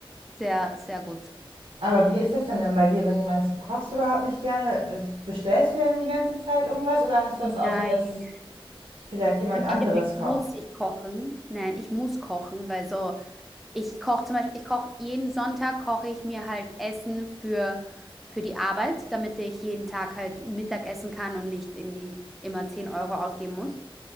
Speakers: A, in the centre; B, on the right.
A: sehr, sehr gut.
B: Aber wie ist das denn dann bei dir, wenn du meinst, du kochst überhaupt nicht gerne? äh, Bestellst du dann die ganze Zeit irgendwas oder hast du das auch
A: Nein.
B: so, dass vielleicht jemand
A: Im
B: anderes
A: Endeffekt
B: kocht?
A: muss ich kochen. Nein, ich muss kochen, weil so, ich koche zum Beispiel, ich koche jeden Sonntag, koche ich mir halt Essen für, für die Arbeit, damit ich jeden Tag halt Mittag essen kann und nicht irgendwie immer 10 Euro ausgeben muss.